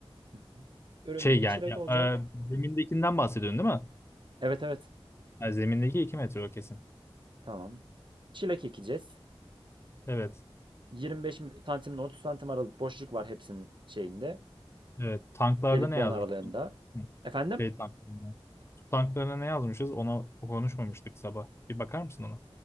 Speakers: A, on the right; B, on the left.
A: Hı hı. Ürünümüz
B: Şey yani
A: çilek
B: ya,
A: olacak.
B: e, zemindekinden bahsediyorsun değil mi?
A: Evet evet.
B: Ha, zemindeki iki metre o kesin.
A: Tamam. Çilek ekeceğiz.
B: Evet.
A: 25 mi- santim ile 30 santim aralık boşluk var hepsinin şeyinde.
B: Evet, tanklarda
A: Deliklerin
B: ne yazmıştın?
A: aralarında.
B: Hı,
A: Efendim?
B: Şey tanklarında. Su tanklarına ne yazmışız? Ona konuşmamıştık sabah. Bir bakar mısın ona?